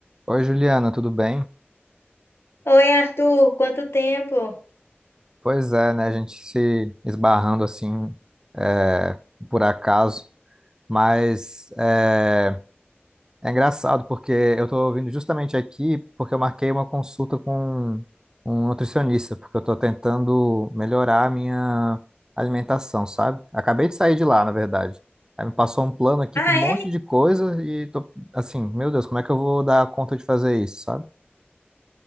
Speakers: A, on the right; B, on the left.
A: Oi, Juliana, tudo bem?
B: Oi, Arthur, quanto tempo?
A: Pois é, né? A gente se esbarrando assim, é, por acaso, mas é, é engraçado porque eu tô vindo justamente aqui porque eu marquei uma consulta com um nutricionista, porque eu tô tentando melhorar a minha alimentação, sabe? Acabei de sair de lá, na verdade. Aí me passou um plano aqui
B: Ah,
A: com um
B: é?
A: monte de coisa e tô assim, meu Deus, como é que eu vou dar conta de fazer isso, sabe?